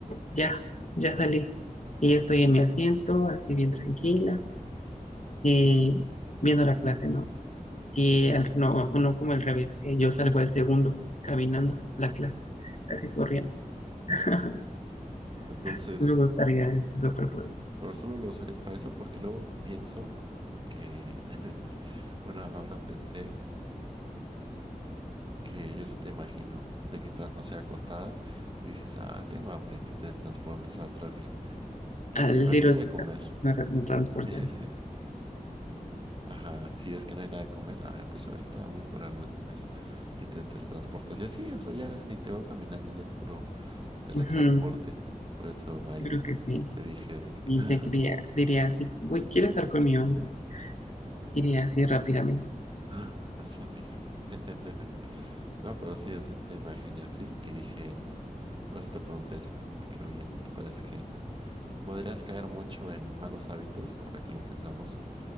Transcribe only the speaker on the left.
ya, ya salí. Y ya estoy en mi asiento, así bien tranquila, y viendo la clase, ¿no? Y al- no, no como al revés, que yo salgo al segundo, caminando a la clase, casi corriendo. <laughs>
Sí me gustaría ese superpoder.
Al
Little
Caesars
me, re- me transportaría.
Ujú,
yo creo que sí.
Y
te quería, diría así, "Uy, ¿quieres estar con mi hombre? Iría así rápidamente